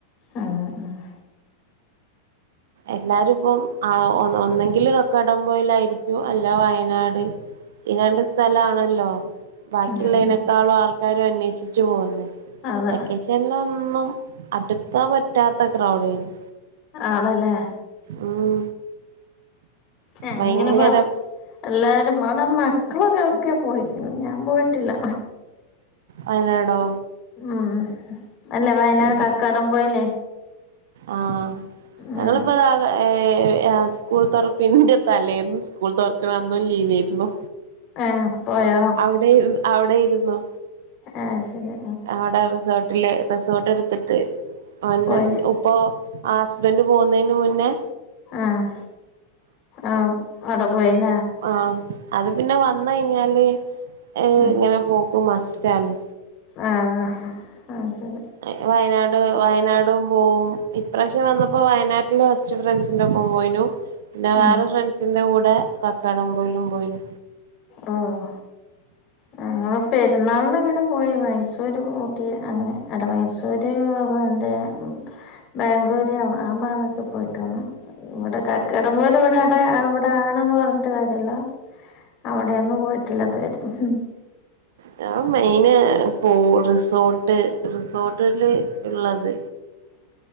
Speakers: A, on the left; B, on the right.
A: ആഹ് ആഹ്
B: എല്ലാരും ഇപ്പം ആ ഒന്ന് ഒന്നെങ്കില് കക്കാടംപോയിലായിരിക്കും അല്ലാ വയനാട്
A: <inaudible>
B: ഈ രണ്ട് സ്ഥലആണല്ലോ ബാക്കിള്ളനേക്കാളുംആൾക്കാര്
A: ഉം ഉം
B: അന്വേഷിച്ചു പൊവ്ന്നെ
A: അതെ
B: വെക്കേഷൻല് ഒന്നും അട്ക്കാൻ പറ്റാത്ത അത്ര ക്രൗഡയ്നി
A: ആണ്ല്ലേ
B: ഉം
A: ഞാൻ
B: ഭയങ്കര
A: ഇങ്ങനെ പറഞു എല്ലാരും മെണ മക്കള് ഓലൊക്കെ പോയിക്കിണ് ഞാൻ പോയിട്ടില്ല
B: വയനാടോ
A: ആഹ് അല്ലവയനാ
B: ഏ
A: കക്കാടംപോയിലെ
B: ആഹ്
A: ഉം
B: ഞങ്ങളിപ്പ താകെ ഏഹ് സ്കൂൾ താെറപ്പിന്റെ തലെന്നും സ്കൂൾ താെറക്ക്ണ അന്നും ലീവേയ്ര്ന്നു
A: ഏഹ് പോയോ
B: അവിടെ അവിടെയിരുന്നോ
A: ഏഹ് ശരി
B: ആടെ റിസോർട്ടില് റിസോർട്ട് ഇട്ത്തിട്ട് അന്നന്നെ
A: പോയോ
B: ഉപ് പ്പോ ഹസ്ബൻഡ് പോവ്ന്നേന് മുന്നേ
A: ആഹ് ആഹ് അവ്ടെ പോയില്ലേ
B: ആഹ് അത് പിന്നെ വന്ന്കഴിഞ്ഞാല് ഏ്
A: ഉം
B: ഇങ്ങനെ പോക്ക് മസ്റ്റാണ്
A: ആഹ് ആഹ്
B: ല്ലെങ്കി വയനാട് വയനാടും പോവും ഇപ്രാവശ്യം വന്നപ്പോ വയനാട്ടില് ബസ് സ്റ്റ് ഫ്രൻസിന്റെഒപ്പം പോയിനൂ പിന്നെ
A: ഉം
B: വേറെ ഫ്രണ്ട്സിന്റെ കൂടെ കക്കാടംപോയിലും പോയിനു
A: ആഹ് ഏഹ് നങ്ങള് പെര്ന്നാളിന് അങ്ങനെ പോയി മൈസൂര് ഊട്ടി അങ്ങനെ അത് മൈസൂര് <unintelligible> ബാംഗ്ലൂര് അ ആ ഭാഗൊക്കെ പോയിട്ട് വന്നു വിടെ കക്കാടംപോയില് ഇവടെ ആടെ അവിടെ ആണ്ന്ന് പറഞ്ഞിട്ട് കാര്യല്ലാ അവിടെന്നും പോയിട്ടില്ല ഇതുവരെ ഹും
B: ഞാന് മെയിന് പോവും റിസോർട്ട് റിസോർട്ടില് ള്ളത്
A: <inaudible>